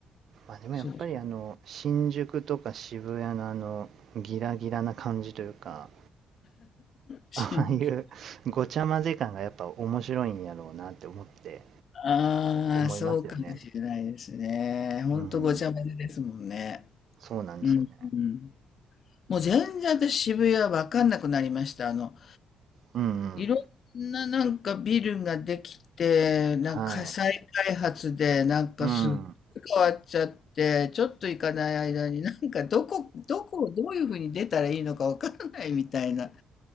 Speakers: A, on the right; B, on the left.
A: まあでもやっぱりあの、
B: そうそう。
A: 新宿とか渋谷のあの、ギラギラな感じというか、<laughs>
B: 真珠。
A: ああいうごちゃ混ぜ感がやっぱ面白いんやろうなって思って
B: ああ、
A: 思いますよね。
B: そうかもしれないですね。ほんとごちゃ混ぜですもんね。
A: うん、そうなんですよね。
B: うん、うん。もう全然私渋谷わかんなくなりました。あの、
A: うんうん。
B: いろんななんかビルができて、なんか再開発で、
A: はい。
B: なんかすっごい
A: うん。
B: 変わっちゃって、ちょっと行かない間になんかどこ、どこをどういうふうに出たらいいのかわからないみたいな